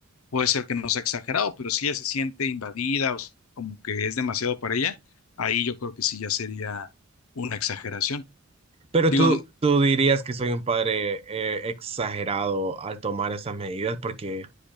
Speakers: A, on the left (about 75°); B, on the right (about 25°).
A: puede ser que no sea exagerado, pero si ella se siente invadida o como que es demasiado para ella, ahí yo creo que sí ya sería una exageración.
B: Pero
A: Digo,
B: tú, tú dirías que soy un padre eh, exagerado al tomar esas medidas porque